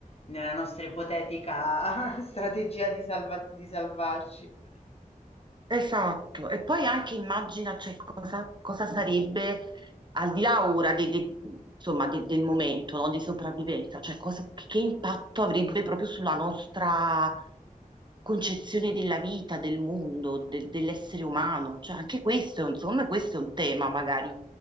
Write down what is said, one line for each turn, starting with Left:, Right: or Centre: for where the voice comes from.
Left: Nella nostra ipotetica <laughs> strategia di salva- di salvarci.
Right: Esatto, e poi anche immagina cioè, cosa, cosa sarebbe al di là ora de- de- insomma, de- del momento no, di sopravvivenza, cioè cosa- che impatto avrebbe proprio sulla nostra concezione della vita, del mondo, de- dell'essere umano. Cioè, anche questo, insomma, questo è un tema magari